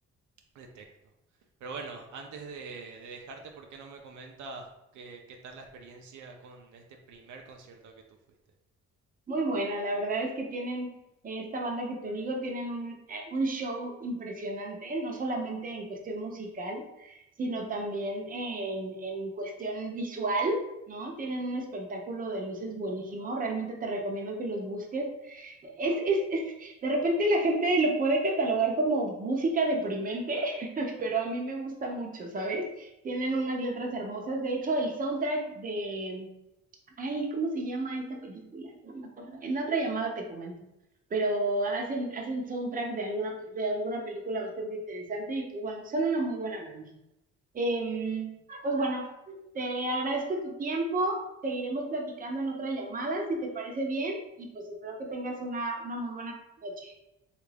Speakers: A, on the right; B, on the right.
A: de tecno. Pero bueno, antes de, de dejarte, ¿por qué no me comentas qué, qué tal la experiencia con este primer concierto al que tú fuiste?
B: Muy buena, la verdad es que tienen, eh, esta banda que te digo, tienen un, eh, un show impresionante, no solamente en cuestión musical, sino también en, en cuestión visual, ¿no? Tienen un espectáculo de luces buenísimo, realmente te recomiendo que los busques. Es, es, es, de repente la gente lo puede catalogar como música deprimente, <laughs> pero a mí me gusta mucho, ¿sabes? Tienen unas letras hermosas, de hecho, el soundtrack de Ay, ¿cómo se llama esta película? No me acuerdo. En la otra llamada te comento. Pero hacen, hacen soundtrack de alguna, pe- de alguna película bastante interesante y pues bueno, son una muy buena banda. Em, pues bueno, te agradezco tu tiempo. Seguiremos platicando en otra llamada, si te parece bien, y pues espero que tengas una, una muy buena noche.